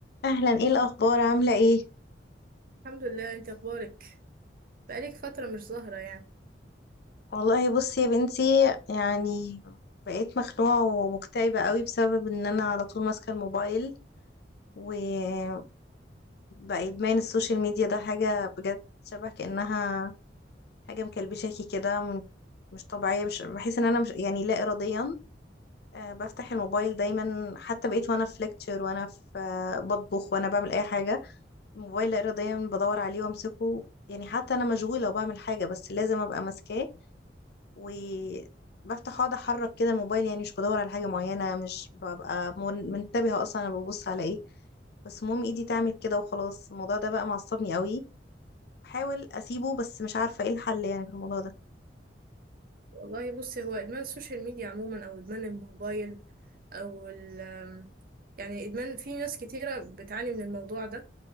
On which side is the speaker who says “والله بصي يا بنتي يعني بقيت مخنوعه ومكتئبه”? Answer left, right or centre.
Left